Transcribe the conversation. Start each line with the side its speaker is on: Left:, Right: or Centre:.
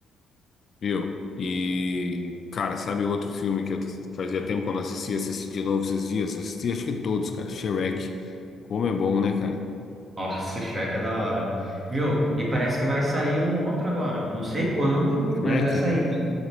Left: Viu? E, cara, sabe outro filme que eu t- fazia tempo que eu não assistia, assisti de novo esses dias? Assisti acho que todos, cara. Shrek. Como é bom, né, cara?
Right: Nossa, o Shrek é da hora. Viu? E parece que vai sair um outro agora. Não sei quando,
Left: Shrek?
Right: mas vai sair. né?